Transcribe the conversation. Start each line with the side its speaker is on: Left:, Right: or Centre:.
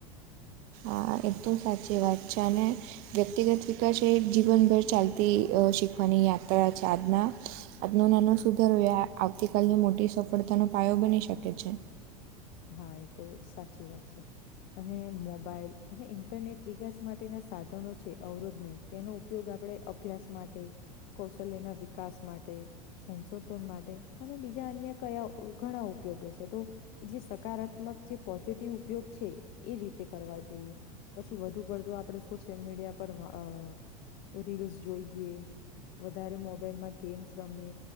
Right: હા એતો સાચી વાત છે, અને વ્યક્તિગત વિકાસ એ જીવનભર ચાલતી અ શીખવાની યાત્રા છે. આજના આજનો નાનો સુધારો એ આવતીકાલની મોટી સફળતાનો પાયો બની શકે છે.
Left: હા એતો સાચી વાત છે, અને મોબાઈલ અને ઇન્ટરનેટ વિકાસ માટેના સાધનો છે, અવરોધ નઈ તેનો ઉપયોગ આપડે અ ભ્યાસ માટે, કૌશલ્યના વિકાસ માટે સંશોધન માટે અને બીજા અન્ય કયા ઘણા ઉપયોગો છે, તો જે સકારાત્મક જે પોઝિટિવ ઉપયોગ છે, એ રીતે કરવા જોઈએ. પછી વધુ પડતું આપડે સોશિયલ મીડિયા પર અ રીલ્સ જોઈએ, વધારે મોબ મોબાઈલમાં ગેમ્સ રમે